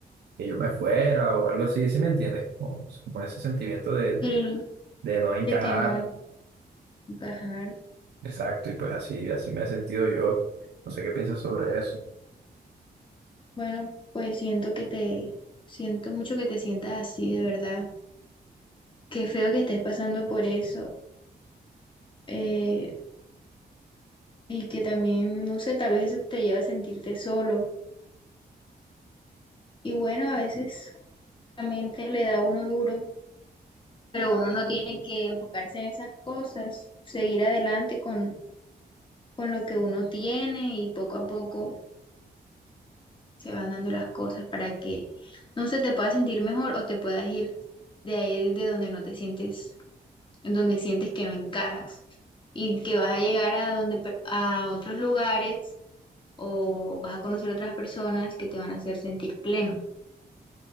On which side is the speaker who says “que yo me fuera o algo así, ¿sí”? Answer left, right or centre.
Right